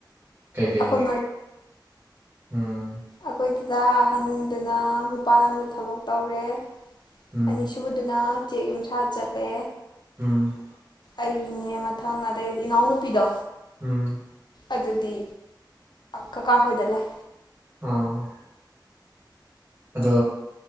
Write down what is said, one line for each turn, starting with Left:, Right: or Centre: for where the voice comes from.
Right: ꯀꯩ ꯀꯩ
Left: ꯑꯩꯈꯣꯏ
Right: ꯎꯝ
Left: ꯑꯈꯣꯏ ꯗꯥꯗ ꯑꯍꯟꯗꯨꯅ ꯃꯄꯥꯥꯟ ꯂꯝꯗ ꯊꯕꯛ ꯇꯧꯔꯦ
Right: ꯎꯝ
Left: ꯑꯅꯤꯁꯨꯕꯗꯨꯅ ꯆꯦꯛ ꯌꯨꯝꯁꯥ ꯆꯠꯂꯦ
Right: ꯎꯝ
Left: ꯑꯩꯅꯦ ꯃꯊꯪ ꯑꯗꯩꯗꯤ ꯏꯅꯥꯎꯅꯨꯄꯤꯗꯣ
Right: ꯎꯝ
Left: ꯑꯗꯨꯗꯤ ꯀꯀꯥ ꯍꯣꯏꯗ ꯂꯩ
Right: ꯎꯝ ꯑꯗꯣ